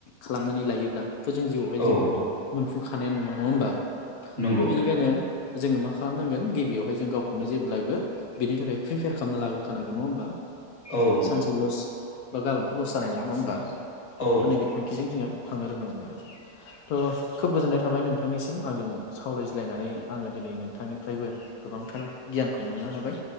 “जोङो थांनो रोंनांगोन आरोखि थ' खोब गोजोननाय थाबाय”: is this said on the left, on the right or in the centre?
Left